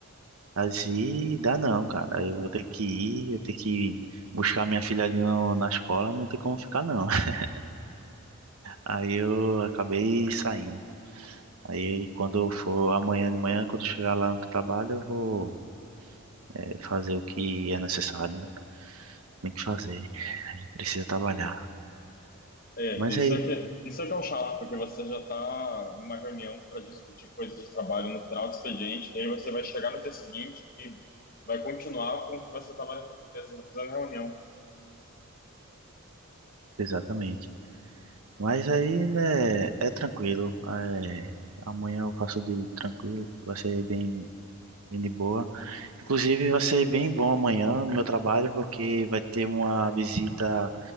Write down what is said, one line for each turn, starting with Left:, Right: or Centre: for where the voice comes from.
Right: Assim, dá não, cara. Eu vou ter que ir, eu tenho que buscar minha filha ali no- na escola, não tem como ficar não. <laughs> Aí eu acabei saindo. Aí quando eu for amanhã de manhã, quando eu chegar lá no trabalho, eu vou eh, fazer o que é necessário, né? Tem que fazer, precisa trabalhar.
Left: É,
Right: Mas
Left: isso
Right: aí,
Left: é que, isso é que é um chato, porque você já está numa reunião para discutir coisas de trabalho no final do expediente, e aí você vai chegar no dia seguinte e vai continuar com o que você estava fazendo na reunião.
Right: exatamente. Mas aí, né, é tranquilo. eh, amanhã eu faço de tranquilo, vai ser bem, bem de boa. Inclusive, vai ser bem bom amanhã no meu trabalho, porque vai ter uma visita